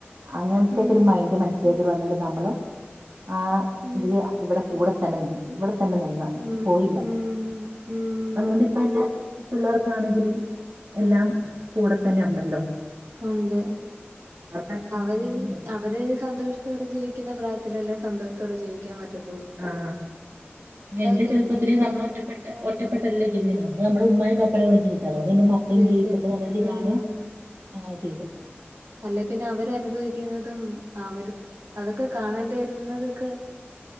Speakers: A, on the right; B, on the right.
A: അങ്ങനത്തക്കെ
B: ഉം
A: ഒരു മൈൻഡ് മനസ്സിലോക്ക വന്നിട്ട് നമ്മള് ആ
B: ഉം
A: ഇ ഇവിടെ കൂടെ- തന്നെ ഇവിടെ തന്നെ നിന്ന്
B: ഉം
A: പോയില്ല
B: ഉം ഉം
A: അതൊണ്ട്പ്പ എന്റെ പിള്ളേർക്കാണെങ്കിലും എല്ലാം കൂടെ തന്നെ ഉണ്ടല്ലോ
B: ഉണ്ട്
A: അവർക്ക് അച്ഛനും
B: അവര്
A: അമ്മയും ഉണ്ട്
B: അവര് സന്തോഷ- ത്തോടെ ജീവിക്കുന്ന പ്രായത്തിലല്ലേ സന്തോഷത്തോടെ ജീവിക്കൻ പറ്റത്
A: ആഹ് എന്റെ
B: കഴിഞ്ഞ
A: ചെറുപ്പത്തി
B: എല്ലാ
A: നമ്മൾ
B: സം
A: ഒറ്റപ്പെട്ട
B: ആഹ്
A: ഒറ്റപ്പെ- നല്ല ജീവിക്കുന്നത് നമ്മൾ നമ്മുടെ ഉമ്മായും വാപ്പായും കൂടെ ജീവിച്ചല്ലോ അതേ മാതിരി എൻറെ മക്കളും
B: ജീവിച്ചേ
A: ജീവിക്കട്ടെ എന്നുളളതിൽ
B: ആഹ്
A: ഞാൻ അങ്ങനെ ചെയ്ത്
B: അല്ലെ പിന്നെ അവര് അനുഭവിക്കുന്നതും അവർ അതൊക്കെ കാണേണ്ടി വരുന്നതൊക്കെ